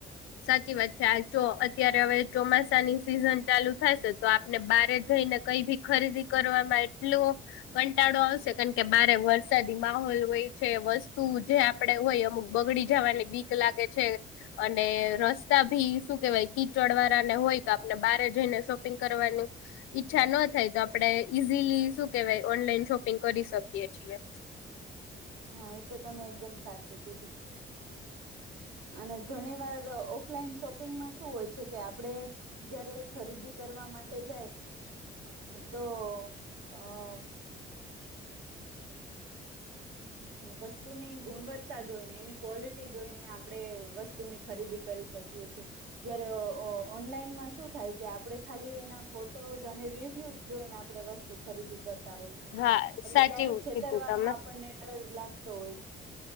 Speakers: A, on the left; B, on the right.
A: સાચી વાત છે, આ અત્યારે હવે ચોમાસાની સિઝન ચાલુ થશે. તો આપને બારે જઈને કઈ ભી ખરીદી કરવામાં એટલો કંટાળો આવશે, કારણ કે બારે વરસાદી માહોલ હોય છે, વસ્તુ જે આપડે હોય, અમુક બગડી જવાની બીક લાગે છે. અને રસ્તા ભી શું કેવાય, કીચડ વાળાને હોય કે, આપને બારે જઈને શોપિંગ કરવાની ઈચ્છા ન થાય. આપણે ઈઝીલી શું કહેવાય, ઓનલાઈન શોપિંગ કરી શકીએ છીએ.
B: હા, એ તો તમે એકદમ સાચું કીધું. અને ઘણી વાર ઓફલાઈન શોપિંગમાં શું હોય છે કે આપ આપડે જયારે ખરીદી કરવા માટે જાય
A: હા
B: હતો અ વસ્તુની ગુણવત્તા જોઈને એની ક્વોલિટી જોઈને આપે આપણે વસ્તુની ખરીદી કરી શકીએ છી જયારે ઓનલાઈનમાં શું થાય કે આપણે ખાલી એના ફોટોઝ અને રિવ્યૂઝ જોઈને આપણે વસ્તુ ખરીદી કરતા હોય એટલે
A: હા સાચું
B: ક્યારેક છેતરવાનો
A: કીધું તમે.
B: આપણને ડર લાગતો હોય છે